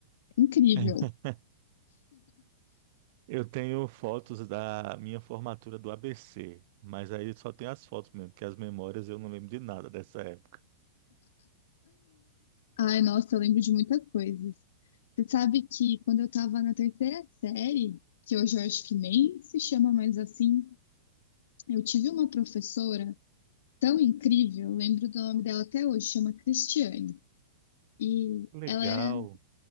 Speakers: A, on the left; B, on the right.
A: Incrível.
B: <laughs> Eu tenho fotos da minha formatura do ABC, mas aí só tem as fotos mesmo, porque as memórias eu não lembro de nada dessa época.
A: Ai, nossa, eu lembro de muitas coisas. Você sabe que quando eu estava na terceira série, que hoje eu acho que nem se chama mais assim, eu tive uma professora tão incrível, eu lembro do nome dela até hoje, chama Cristiane. E
B: Legal.
A: ela era,